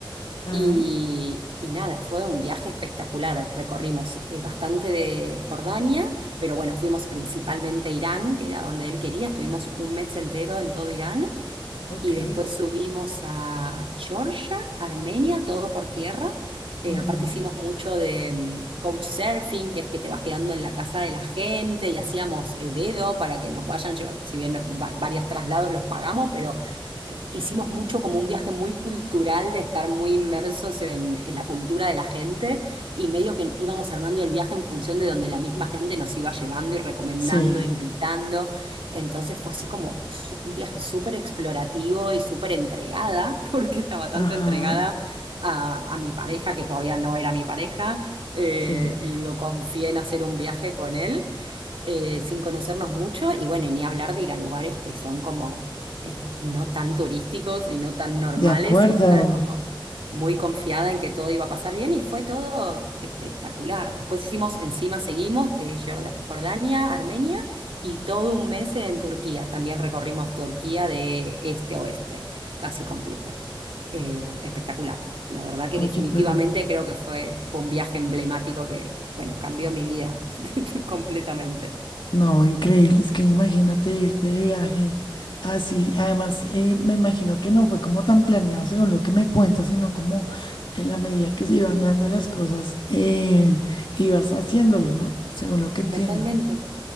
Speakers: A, on the left; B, on the right.
A: Ajá.
B: Y, y nada, fue un viaje espectacular. Recorrimos eh, bastante de Jordania, pero bueno, fuimos principalmente a Irán, que era donde él quería. Estuvimos un mes entero en todo Irán
A: Ok.
B: y después subimos a Georgia, Armenia, todo por tierra. Eh,
A: Ujú.
B: aparte hicimos mucho de mm, couchsurfing, que es que te vas quedando en la casa de la gente y hacíamos eh, dedo para que nos vayan lleva- si bien va- varios traslados los pagamos, pero eh, hicimos mucho como un viaje muy cultural de estar muy inmersos en, en la cultura de la gente y medio que íbamos armando el viaje en función de donde la misma gente nos iba llevando y recomendando,
A: Sí,
B: invitando. Entonces fue así como su- un viaje súper explorativo y súper entregada, <laughs> porque estaba tanto
A: ajá,
B: entregada a, a mi pareja, que todavía no era mi pareja, eh,
A: sí,
B: y digo, confié en hacer un viaje con él eh, sin conocernos mucho y bueno, y ni hablar de ir a lugares que son como eh, no tan turísticos y no tan normales
A: de acuerdo.
B: y estar como muy confiada en que todo iba a pasar bien y fue todo espectacular. Después hicimos, encima seguimos, eh, Jorda- Jordania, Armenia y todo un mes en Turquía. También recorrimos Turquía de este a oeste, casi completo. Eh, espectacular. La verdad que
A: Oye,
B: definitivamente
A: pero
B: creo que fue, fue un viaje emblemático que, bueno, cambió mi vida <laughs> completamente.
A: No, increíble, es que imagínate irte de viaje así. Además, eh, me imagino que no fue como tan planeado según lo que me cuentas, sino como en la medida que se iban dando las cosas, eh, ibas haciéndolo, ¿no? Según lo que entiendo.
B: Totalmente.